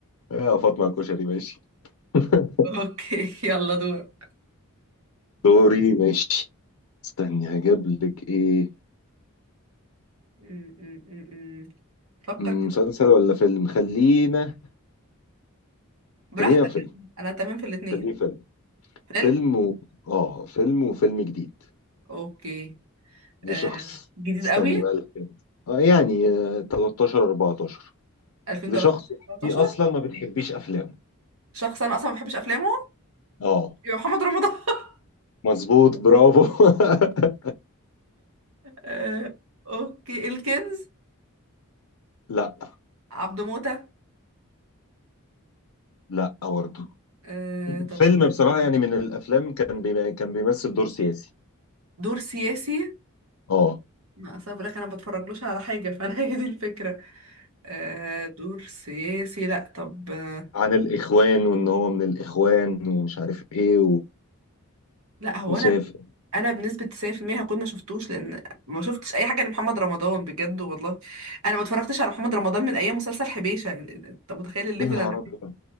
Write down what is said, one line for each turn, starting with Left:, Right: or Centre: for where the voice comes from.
Left: يا فاطمه الكشري ماشي <laughs>
Right: اوكي <laughs> يلا دورك
Left: دوري ماشي استني هجيب لك ايه
Right: م- م- م- م. فكر
Left: مم،
Right: كده
Left: مسلسل ولا فيلم خلينا
Right: براحتك
Left: خلينا فيلم
Right: انا تمام في الاثنين
Left: خليه فيلم فيلم
Right: فيلم
Left: و... اه فيلم وفيلم جديد
Right: اوكي
Left: لشخص
Right: آه. جديد
Left: استني
Right: قوي
Left: بقى الفيلم اه يعني آه، 13 14
Right: 2013
Left: لشخص انت
Right: 13
Left: اصلا ما بتحبيش افلامه
Right: شخص انا اصلا ما بحبش افلامه
Left: اه
Right: يبقى محمد رمضان <laughs>
Left: مظبوط برافو <laughs>
Right: آه. اوكي الكنز
Left: لا
Right: عبده موتة
Left: لا برضه
Right: آه. طب
Left: فيلم بصراحة يعني من الافلام كان بي... كان بيمثل دور سياسي
Right: دور سياسي
Left: اه
Right: ما صبرك انا بتفرجلوش على حاجه فانا <laughs> هي دي الفكره آه دور سياسي لا طب آه
Left: عن الاخوان وان هو من الاخوان ومش عارف ايه
Right: لا هو
Left: وسافر
Right: انا انا بنسبة 90% هكون ما شفتوش لان ما شفتش اي حاجة لمحمد رمضان بجد والله انا ما اتفرجتش على محمد رمضان من ايام مسلسل حبيشة يعني انت متخيل الليفل
Left: يا نهار
Right: انا
Left: ابيض
Right: فيه؟